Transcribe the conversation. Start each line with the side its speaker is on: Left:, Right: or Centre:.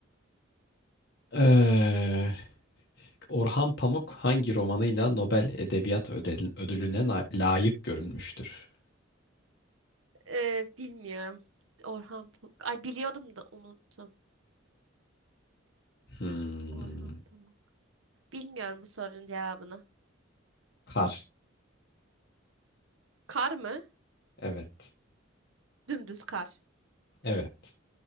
Left: Eee, Orhan Pamuk hangi romanıyla Nobel Edebiyat Ödel- Ödülüne na- layık görülmüştür?
Right: Ee, bilmiyorum. Orhan Pamuk. Ay biliyordum da unuttum.
Left: Hmm.
Right: Orhan Pamuk. Bilmiyorum bu sorunun cevabını.
Left: Kar.
Right: Kar mı?
Left: Evet.
Right: Dümdüz kar.
Left: Evet.